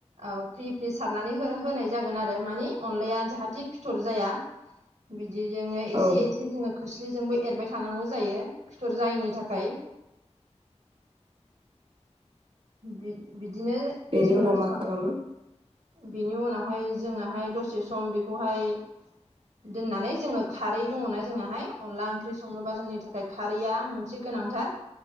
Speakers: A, on the right; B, on the right.
A: औ फ्रि फ्रि सारनानै हो होनाय जागोन आरो मानि अनलाया जाहाथे फिथर जाया।
B: <inaudible>
A: बिदिजोंनो एसे
B: औ
A: एसे जोंङो खोस्लिजोंबो एरबाय थानांगौ जायो फिथर जायैनि थाखाय। बिद-बिदिनो
B: बेनि
A: जोंङो
B: उनाव मा
A: सं
B: खालामो
A: बेनि उनावहाय जोङोहाय दसे सम बेखौहाय दोननानै जोङो खारै दङना जोंनाहाय अनला ओंख्रि संनोबा जोंनि थाखाय खारैया मोनसे गोनांथार,